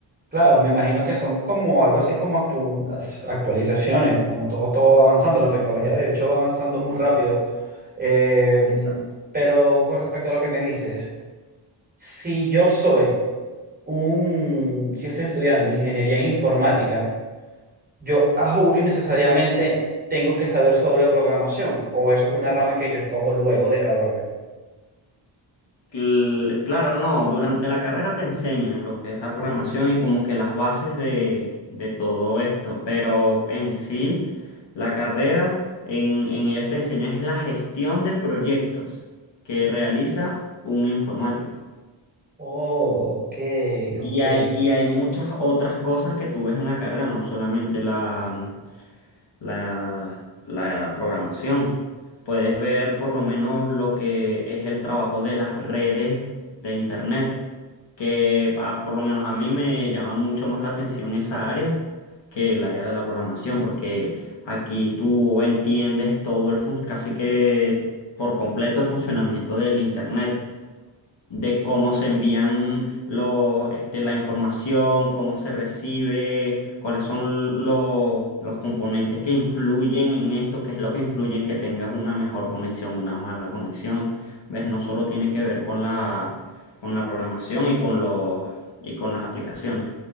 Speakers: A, on the right (about 20°); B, on the left (about 65°).
A: Claro, me imagino que son como algo así como actu- as- actualizaciones, como todo, todo va avanzando, la tecnología de hecho va avanzando muy rápido. Em,
B: Exacto.
A: pero con respecto a lo que me dices, si yo soy un, si estoy estudiando ingeniería informática, yo a juro y necesariamente tengo que saber sobre programación, o eso es una rama que yo escojo luego de graduarme.
B: Cl- Claro, no, durante la carrera te enseñan lo que es la programación y como que las bases de, de todo esto, pero en sí, la carrera, en, en ellas te enseñan es la gestión de proyectos que realiza un informático.
A: Oh, ok,
B: Y
A: ok.
B: hay, y hay muchas otras cosas que tú ves en la carrera, no solamente la, la, la programación. Puedes ver por lo menos lo que es el trabajo de las redes de Internet, que ah, por lo menos a mí me llama mucho más la atención esa área que el área de la programación, porque aquí tú entiendes todo el fun- casi que por completo el funcionamiento del Internet de cómo se envían los, este, la información, cómo se recibe, cuáles son los, los componentes que influyen en esto, qué es lo que influye en que tengas una mejor conexión, una mala conexión. ¿Ves? No solo tiene que ver con la, con la programación y con los, y con las aplicaciones.